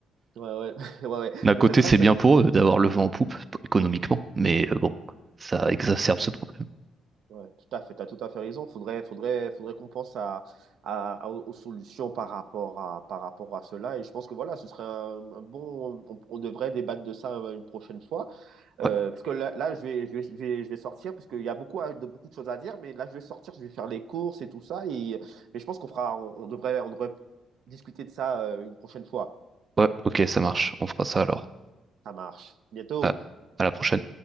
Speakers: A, on the right; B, on the right.
A: Ouais, ouais, <laughs> ouais, ouais.
B: D'un côté,
A: Mais c'est ça,
B: c'est
A: c'est-
B: bien pour eux d'avoir le vent en poupe économiquement, mais euh, bon, ça exacerbe ce problème.
A: ouais, tout à fait, tu as tout à fait raison. Faudrait, faudrait, faudrait qu'on pense à, à- à- aux solutions par rapport à, par rapport à cela. Et je pense que voilà, ce serait un, un bon. On, on devrait débattre de ça euh, une prochaine fois. Euh,
B: Ouais.
A: parce que là, là, je vais, je vais, je vais, je vais sortir, parce qu'il y a beaucoup, à- de, beaucoup de choses à dire, mais là, je vais sortir, je vais faire les courses et tout ça. Et, mais je pense qu'on fera, on, on devrait, on devrait discuter de ça euh, une prochaine fois.
B: Ouais, ok, ça marche. On fera ça alors.
A: Ça marche. Bientôt.
B: à à la prochaine.